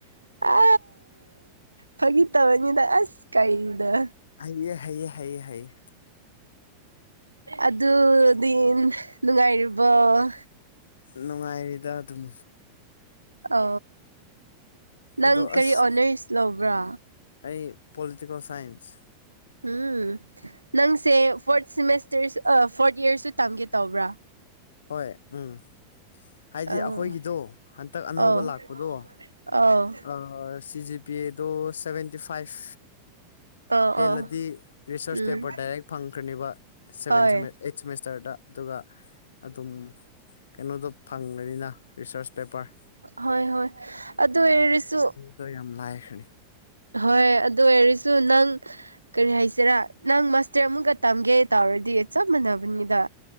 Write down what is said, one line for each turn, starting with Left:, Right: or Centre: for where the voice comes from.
Right: ꯑ ꯐꯥꯒꯤ ꯇꯕꯅꯤꯗ ꯑꯁ ꯀꯩꯗ
Left: ꯍꯥꯏꯌꯦꯑꯌꯦ ꯍꯥꯏꯌꯦ ꯍꯥꯏꯌꯦ ꯍꯥꯏꯌꯦ
Right: ꯑꯗꯨꯗꯤ ꯅꯨꯡꯉꯥꯏꯔꯤꯕꫭ
Left: ꯅꯨꯡꯉꯥꯏꯔꯤꯗ ꯑꯗꯨꯝ
Right: ꯑ ꯅꯪ
Left: ꯑꯗꯣ
Right: ꯀꯔꯤ
Left: ꯑꯁ
Right: ꯑꯣꯅꯔꯁ ꯂꯧꯕ꯭ꯔꯥ
Left: ꯑꯩ ꯄꯣꯂꯤꯇꯤꯀꯦꯜ ꯁꯥꯏꯟꯁ
Right: ꯎꯝ ꯅꯪꯁꯦ ꯐꯣꯔꯠ ꯁꯤꯃꯦꯁꯇꯔ ꯐꯣꯔꯠ ꯏꯌꯔꯁꯨ ꯇꯝꯒꯦ ꯇꯧꯕ꯭ꯔꯥ
Left: ꯍꯣꯏ ꯎꯝ ꯍꯥꯏꯗꯤ
Right: ꯑꯧ
Left: ꯑꯩꯈꯣꯏꯒꯤꯗꯣ ꯍꯟꯇꯛ ꯑꯅꯧꯕ
Right: ꯑꯧ
Left: ꯂꯥꯛꯄꯗꯣ
Right: ꯑꯧ
Left: ꯑ ꯁꯤ ꯖꯤ ꯄꯤ ꯗꯣ ꯁꯚꯦꯟꯇꯤ ꯐꯥꯏꯕ
Right: ꯑꯧ ꯑꯧ
Left: ꯍꯦꯜꯂꯗꯤ ꯔꯤꯁꯔꯁ
Right: ꯎꯝ
Left: ꯄꯦꯄꯔ ꯗꯥꯏꯔꯦꯛ ꯐꯪꯈ꯭ꯔꯅꯦꯕ ꯁꯚꯦꯟ
Right: ꯍꯣꯏ
Left: ꯗꯚꯦꯟ ꯑꯩꯠ ꯁꯦꯃꯤꯁꯇꯔꯗ ꯑꯗꯨꯒ ꯑꯗꯨꯝ ꯀꯩꯅꯣꯗꯣ ꯐꯪꯉꯅꯤꯅ ꯔꯤꯁꯔꯁ ꯄꯦꯄꯔ
Right: ꯍꯣꯏ ꯍꯣꯏ ꯑꯗꯨ ꯑꯣꯏꯔꯁꯨ
Left: ꯑꯗꯣ ꯌꯥꯝ ꯂꯥꯏꯈꯔ꯭ ꯅꯤ
Right: ꯍꯣꯏ ꯑꯗꯨ ꯑꯣꯏꯔꯁꯨ ꯅꯪ ꯀꯔꯤ ꯍꯥꯏꯁꯤꯔꯥ ꯅꯪ ꯃꯥꯁꯇꯔ ꯑꯃꯨꯛꯀ ꯇꯝꯒꯦ ꯇꯧꯔꯗꯤ ꯆꯞ ꯃꯥꯟꯅꯕꯅꯤꯗ